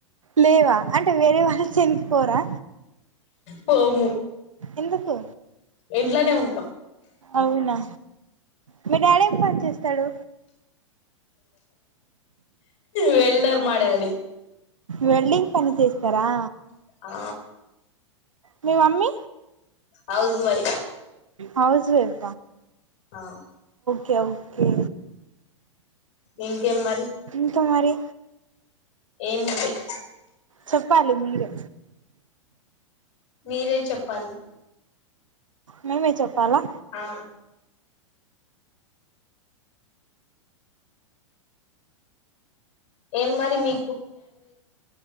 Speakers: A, on the right (about 75°); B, on the left (about 45°).
A: లేవా అంటే వేరే వాళ్ళు చేనికి పోరా
B: పోము
A: ఎందుకు
B: ఇంట్లోనే ఉంటాం.
A: అవునా మీ డాడీ ఏం పని చేస్తాడు
B: వెల్డర్ మా డాడీ
A: వెల్డింగ్ పని చేస్తారా
B: ఆ
A: మీ మమ్మీ
B: హౌస్ వైఫ్
A: హౌస్వైఫ్
B: ఆ
A: కే ఒక్కే
B: ఇంకేం మరి
A: ఇకా మరి
B: ఏం లే <inaudible>
A: చెప్పాలి మీరు
B: మీరే చెప్పాలి
A: మేమే చెప్పాలా
B: ఆ ఏం మరి మీ